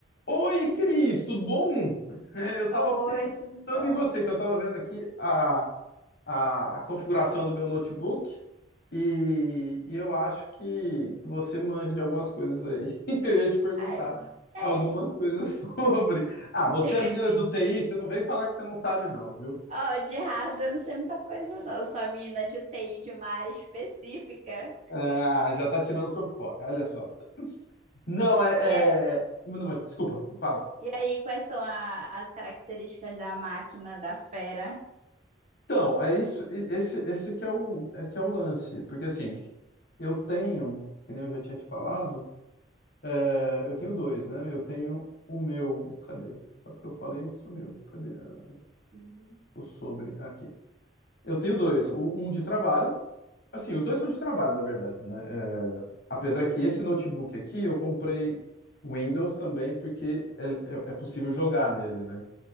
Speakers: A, on the left; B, on the right.
A: Oi, Cris, tudo bom? É, eu estava
B: Oi,
A: pensando
B: tudo bom?
A: em você, que eu estava vendo aqui a, a, a configuração do meu notebook e, e eu acho que, que você manja de algumas coisas aí. <laughs> Eu ia te perguntar
B: É,
A: algumas
B: é.
A: coisas <laughs> sobre. Ah, você
B: <laughs>
A: é a menina do TI, você não vem falar que você não sabe, não, viu?
B: Ó, de hardware eu não sei muita coisa, não. Eu sou a menina de TI de uma área específica.
A: Ah, já tá tirando o corpo fora, olha só. Não, é,
B: E, é-
A: é- Não, mas, desculpa, fala.
B: e aí, quais são a- as características da máquina, da fera?
A: Então, é isso, e- esse, esse que é o, é que é o lance, porque assim. Eu tenho, que nem eu já tinha te falado, é, eu tenho dois, né? Eu tenho o meu. Cadê? Só porque eu falei, sumiu. Cadê a-
B: Uhum.
A: o sobre? Ah, Aqui. Eu tenho dois. o- Um de trabalho. Assim, os dois são de trabalho, na verdade, né? É, apesar que esse notebook aqui eu comprei Windows também, porque é, é- é possível jogar nele, né?